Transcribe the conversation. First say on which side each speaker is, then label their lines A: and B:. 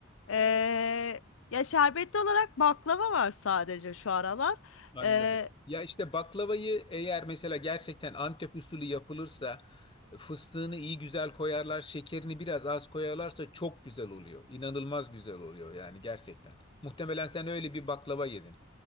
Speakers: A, on the left; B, on the left.
A: Ee, ya şerbetli olarak baklava var sadece şu aralar.
B: Anladım.
A: Ee,
B: Ya işte baklavayı eğer mesela gerçekten Antep usulü yapılırsa fıstığını iyi güzel koyarlar, şekerini biraz az koyarlarsa çok güzel oluyor. İnanılmaz güzel oluyor yani gerçekten. Muhtemelen sen öyle bir baklava yedin.